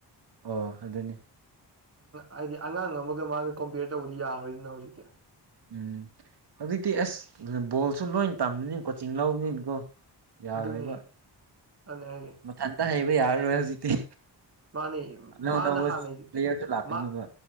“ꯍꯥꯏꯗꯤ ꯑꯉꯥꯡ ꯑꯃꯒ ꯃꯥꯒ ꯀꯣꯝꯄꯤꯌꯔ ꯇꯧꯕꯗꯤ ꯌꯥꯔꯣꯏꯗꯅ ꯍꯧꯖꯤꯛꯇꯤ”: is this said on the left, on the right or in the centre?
Right